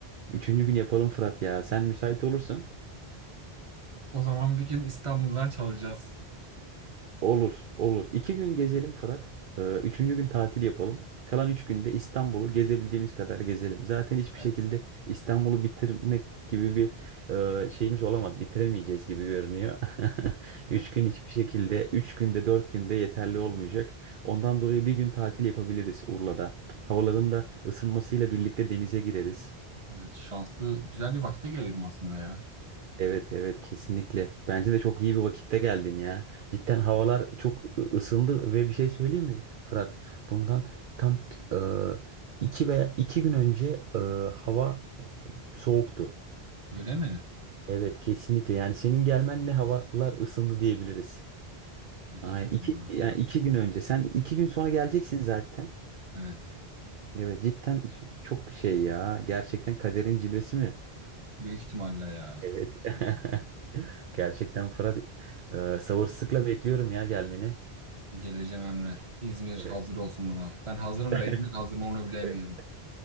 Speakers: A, on the right; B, on the right.
A: Üçüncü gün yapalım Fırat ya sen müsait olursun.
B: O zaman bir gün İstanbul'dan çalacağız.
A: Olur, olur. İki gün gezelim Fırat. Ee, Üçüncü gün tatil yapalım. Kalan üç günde İstanbul'u gezebildiğimiz kadar gezelim. Zaten hiçbir
B: Evet.
A: şekilde İstanbul'u bitirmek gibi bir e, şeyimiz olamaz. Bitiremeyeceğiz gibi görünüyor. <laughs> Üç
B: Evet.
A: gün hiçbir şekilde, üç günde, dört günde yeterli olmayacak. Ondan dolayı bir gün tatil yapabiliriz Urla'da. Havaların da ısınmasıyla birlikte denize gireriz.
B: Evet, şanslı, güzel bir vakite geliyorum aslında ya.
A: Evet evet kesinlikle. Bence de çok iyi bir vakitte geldin ya. Cidden havalar çok ısındı ve bir şey söyleyeyim mi Fırat? Bundan tam e, iki veya iki gün önce e, hava soğuktu.
B: Öyle mi?
A: Evet kesinlikle. Yani senin gelmenle havalar ısındı diyebiliriz.
B: Hmm,
A: Aynen. İki, yani iki gün önce. Sen iki gün sonra geleceksin zaten.
B: evet.
A: Evet cidden çok şey ya. Gerçekten kaderin cilvesi mi?
B: Büyük ihtimalle ya.
A: Evet.
B: Büyük ihtim-
A: <laughs> Gerçekten Fırat e, sabırsızlıkla bekliyorum ya gelmeni.
B: Geleceğim Emre. İzmir
A: Evet.
B: hazır olsun buna. Ben hazırım
A: <laughs>
B: da İzmir hazır mı onu bilemiyorum.
A: Evet